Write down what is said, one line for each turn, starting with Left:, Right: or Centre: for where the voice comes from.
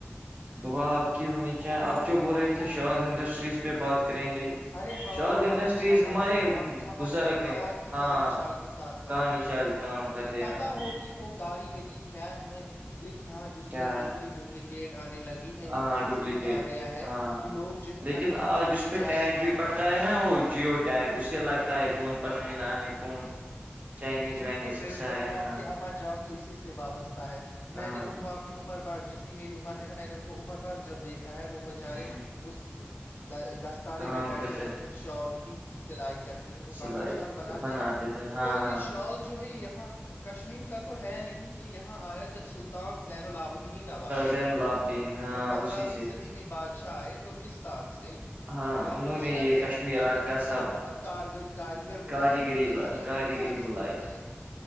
Right: دعا آپ کی ہونی چاہیں آپ جو بول رہے تھے شال انڈسٹریز پہ بات کریں گے
Left: ارے ہاں
Right: شاد انڈسٹریز
Left: آپ کے ابا
Right: ہمارے
Left: جان آپ کے ابا
Right: بزرگ
Left: جان
Right: نے
Left: تو آج بھی
Right: ہاں
Left: کان شال کے ساتھ کام
Right: کہانی
Left: کرتے
Right: چال
Left: ہیں
Right: کام کرتے
Left: انہیں پتا
Right: ہاں
Left: ہوگی وہ کاریگری کیا ہے لیکن آج اس
Right: کیا
Left: میں بھی اتنی ڈوپلیکیٹ گیٹ آنے لگی ہے
Right: ہاں
Left: اتنا
Right: ڈپلیکیٹ
Left: جھوٹ آ گیا ہے
Right: ہاں
Left: کہ لوگ جو ہے
Right: لیکن
Left: نکلی
Right: آج
Left: مال
Right: اس
Left: کو
Right: پہ
Left: جالی
Right: ٹیگ بھی پڑتا ہے نا وہ جیو ٹیک اس سے لگتا ہے کون پشمینہ ہے کون چائنیز
Left: بالکل
Right: وائنیز
Left: بالکل
Right: کسا ہے
Left: آپ
Right: ہاں
Left: کی ابا جان تو اسی سے وابستہ ہے
Right: ہاں
Left: میں نے ان کو آپ اپنی عمر بھر جتنی میری عمر ہے نا میں نے ان کو عمر بھر جب دیکھا ہے وہ بےچارے
Right: ہ
Left: اس دس <unintelligible> تانے
Right: کام
Left: پہ بیٹھے
Right: کرتے
Left: ہو کر شال کی سلائی کرتے تھے وہ
Right: سلائی
Left: کانی شال
Right: کرتے
Left: بناتے ہیں
Right: تھے ہاں
Left: تو یہ
Right: ہاں
Left: شال جو ہے یہاں کشمیر کا تو ہے نہیں یہ یہاں آیا جب سلطان زین الآب دین ابائے
Right: زین لابدین ہاں
Left: جو پندرہویں
Right: اسی سے
Left: صدی میں بادشاہ آئے ترکستان سے
Right: ہاں
Left: اور یاں
Right: انہوں
Left: پرشیا
Right: نے یہ
Left: سے ہم
Right: کشمیر
Left: کہیں
Right: آرٹ
Left: گے اور
Right: کا
Left: ان نے
Right: سب
Left: یہاں پر کاریگر بلائے
Right: کاریگری
Left: تھے پرشیا
Right: کاریگری
Left: سے پارس
Right: بلائی
Left: سے بلاائے
Right: تھی
Left: تھے